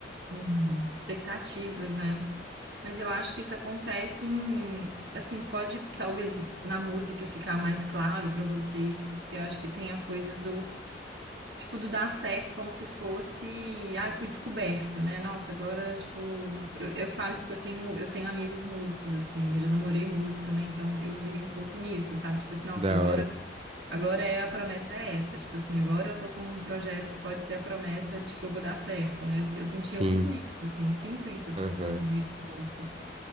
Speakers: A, on the right; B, on the right.
A: Uhum. Expectativas, né? Mas eu acho que isso acontece em, assim, pode talvez na música ficar mais claro pra vocês, porque eu acho que tem a coisa do, tipo, do dar certo como se fosse, ah, eu fui descoberto, né? Nossa, agora, tipo, eu, eu falo isso porque eu tenho, eu tenho amigos músicos, assim, eu já namorei músico também, então eu vi um pouco nisso, sabe? Tipo assim, nossa,
B: Da
A: agora
B: hora.
A: Agora é a promessa é essa, tipo assim, agora eu tô com um projeto que pode ser a promessa de que eu vou dar certo, né? Eu, eu sentia
B: Sim.
A: muito isso, assim, sinto isso
B: Aham.
A: nos meus amigos músicos.